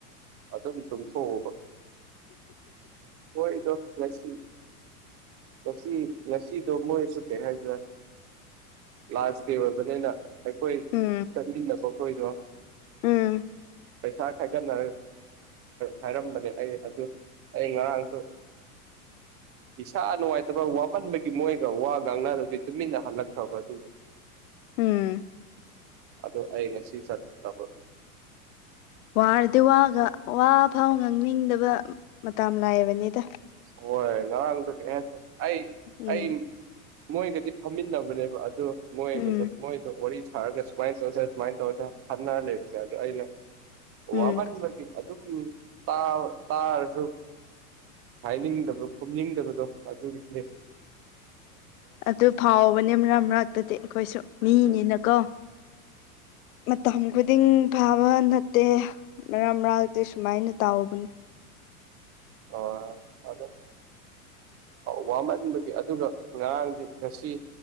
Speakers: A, on the right (about 30°); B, on the left (about 65°).
A: ꯑꯗꯨꯝ ꯇꯨꯡꯊꯣꯛꯎꯕ ꯍꯣꯏ ꯗ ꯉꯁꯤ ꯂ ꯂꯁꯤ ꯗꯃꯣꯁꯨ ꯀꯦꯍꯖ ꯋꯥꯔ ꯂꯥꯖ ꯗꯦ ꯑꯣꯏꯕꯅꯤꯅ ꯑꯩꯈꯣꯏ
B: ꯎꯝ
A: ꯆꯅꯤ ꯅꯀꯣ ꯀꯣꯏꯗꯣ
B: ꯎꯝ
A: ꯄꯩꯁꯥ ꯈꯥꯏꯒꯠꯔ ꯍꯥꯏꯔꯝꯕꯅꯦ ꯑꯩ ꯑꯗꯨ ꯑꯩ ꯉꯔꯥꯡꯁꯨ ꯏꯁꯥ ꯅꯨꯡꯉꯥꯏꯇꯕ ꯋꯥꯃꯟꯕꯒꯤ ꯃꯣꯏꯒ ꯋꯥ ꯉꯥꯡꯅꯗꯗꯤ ꯇꯨꯃꯤꯟꯅ ꯍꯜꯂꯛꯈ꯭ꯔꯕꯅꯤ ꯊꯦꯡꯌꯨ
B: ꯎꯝ
A: ꯑꯗꯣ ꯑꯩ ꯉꯁꯤ ꯁꯠ ꯇꯅꯤ
B: ꯋꯥꯔꯗꯤ ꯋꯥꯒ ꯋꯥ ꯐꯥꯎ ꯉꯥꯡꯅꯤꯡꯗꯕ ꯃꯇꯝ ꯂꯥꯏꯑꯕꯅꯤꯗ
A: ꯍꯣꯏ ꯉ ꯀꯁ ꯑꯩ
B: ꯎꯝ
A: ꯑꯩ ꯃꯣꯏꯒꯗꯤ ꯐꯝꯃꯤꯟꯅꯕꯅꯦꯕ ꯑꯗꯨ ꯃꯣꯏꯒꯗꯣ
B: ꯎꯝ
A: ꯃꯣꯏꯗ ꯋꯥꯔꯤ ꯍꯥꯏꯔꯒ ꯁꯨꯃꯥꯏꯅ ꯇꯧꯁ ꯁꯨꯃꯥꯏꯅ ꯇꯧꯔꯁ ꯈꯟꯅꯔ ꯂꯩꯕꯁꯦ ꯑꯗꯣ ꯑꯩꯅ
B: ꯎꯝ
A: ꯋꯥꯃꯟꯕꯒꯤ ꯑꯗꯨꯝ ꯇꯥꯔꯁꯨ ꯍꯥꯏꯅꯤꯡꯗꯕꯗꯣ ꯈꯨꯝꯅꯤꯡꯗꯕꯗꯣ ꯑꯗꯨ ꯑꯗꯨꯁ
B: ꯑꯗꯨ ꯐꯥꯎꯕꯅꯦ ꯃꯔꯛ ꯃꯔꯛꯇꯗꯤ ꯑꯩꯈꯣꯏꯁꯨ ꯃꯤꯅꯤꯅꯀꯣ
A: ꯎꯝ
B: ꯃꯇꯝ ꯈꯨꯗꯤꯡ ꯐꯥꯕ ꯅꯠꯇꯦ ꯔꯃ꯭ꯔꯥ ꯑꯒ ꯇꯁꯨꯨꯃꯥꯏꯅ ꯇꯥꯑꯣꯕꯨ
A: ꯑ ꯑꯗꯣ ꯋꯥꯃꯟꯕꯗꯤ ꯑꯗꯨꯒ ꯉꯔꯥꯡꯗꯤ ꯉꯁꯤ